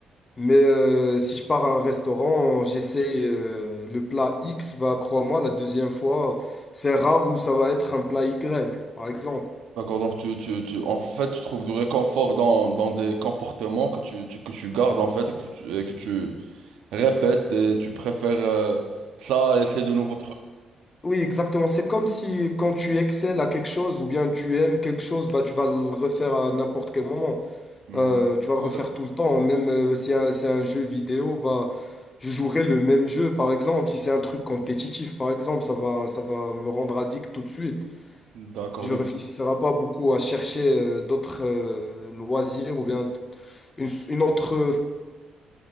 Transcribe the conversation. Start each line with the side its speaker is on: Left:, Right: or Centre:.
Left: mais euh, si je pars à un restaurant, j'essaye euh, le plat X, bah, crois-moi, la deuxième fois, c'est rare où ça va être un plat Y, par exemple.
Right: d'accord, donc tu, tu, tu, en fait, tu trouves du réconfort dans, dans des comportements que tu, tu- que tu gardes, en fait, et que tu, et que tu répètes, et tu préfères euh, ça à essayer de nouveaux trucs.
Left: Oui, exactement. C'est comme si quand tu excelles à quelque chose ou bien tu aimes quelque chose, bah, tu vas le refaire à n'importe quel moment.
Right: Mm.
Left: Euh, tu
Right: Du
Left: vas
Right: coup,
Left: le refaire
Right: euh,
Left: tout le temps. Même euh, si un- c'est un jeu vidéo, bah, je jouerai le même jeu, par exemple. Si c'est un truc compétitif, par exemple, ça va, ça va me rendre addict tout de suite.
Right: d'accord,
Left: Je
Right: du
Left: réfléchirai
Right: coup.
Left: pas beaucoup à chercher euh, d'autres euh, loisirs ou bien une, une autre, euh,